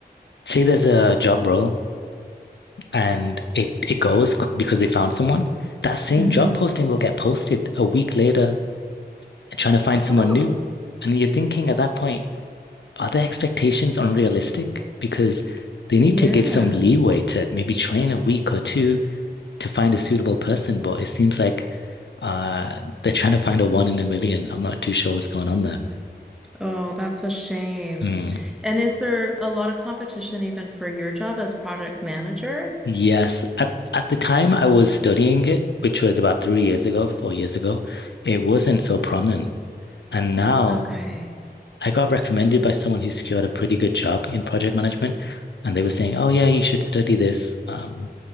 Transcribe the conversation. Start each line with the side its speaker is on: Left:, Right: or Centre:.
Left: say there's a job role and it it goes c- because they found someone, that same
Centre: hmm
Left: job posting will get posted a week later trying to find someone
Centre: Oh,
Left: new. And you're thinking at that point, are their expectations unrealistic? Because they need
Centre: yeah.
Left: to give some leeway to maybe train a week or two to find a suitable person. But it seems like uh, they're trying to find a one in a million. I'm not too sure what's going on there.
Centre: Oh, that's a shame.
Left: Hmm.
Centre: And is there a lot of competition even for your job as project manager?
Left: Yes, at at the time I was studying it, which was about three years ago, four years ago, it wasn't so prominent. And now
Centre: Okay.
Left: I got recommended by someone who secured a pretty good job in project management, and they were saying, "Oh yeah, you should study this. Um,